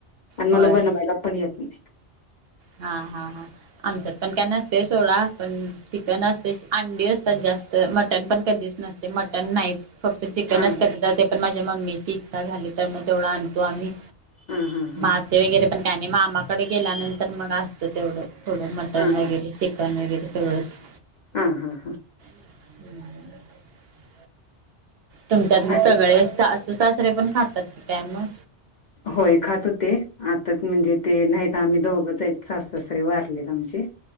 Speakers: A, on the left (about 50°); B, on the right (about 65°).
A: आण मला
B: होय
A: बनवायला पण येत नाही.
B: हा हा हा आमच्यात पण काय नसते सोडा पण चिकन असते, अंडी अस ते जास्त मटन पण कधीच नसते मटन नाहीच फक्त चिकनच
A: हा हा
B: कधी जाते पण माझे म्मीची इच्छा झाली तर मग तेवढ आणतो आम्ही
A: हा हा हा
B: मासे वगैरे पण आणि मामाकडे गेल्यानंतर मग असतं तेवढं थोडं मटन
A: हा
B: वगैरे, चिकन वगैरे सगळच.
A: हा हा हा.
B: ह् <inaudible> तुमच्यात
A: आणि
B: सगळे सासू सासरे पण खातात काय म.
A: होय खात होते आता म्हणजे ते नाहीत आम्ही दोघंचे सासू ससरे वारलेत आमचे.